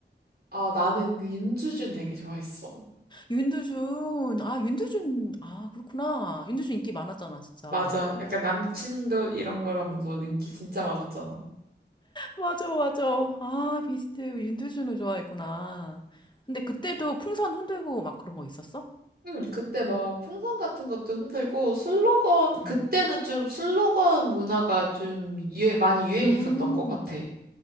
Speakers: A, on the right (about 55°); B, on the left (about 25°).
A: 아, 나는 그 윤주준 되게 좋아했어.
B: 윤두준. 아, 윤두준. 아, 그렇구나. 윤두준 인기 많았잖아, 진짜.
A: 맞아. 약간 남친도 이런 거라면서 인기 진짜 많았잖아.
B: 맞아, 맞아. 아, 비스트 윤두준을 좋아했구나. 근데 그때도 풍선 흔들고 막 그런 거 있었어?
A: 응, 그때 막 풍선 같은 것도 흔들고 슬로건, 그때는
B: 음.
A: 좀 슬로건 문화가 좀 유행, 많이 유행했었던
B: 음.
A: 것 같아.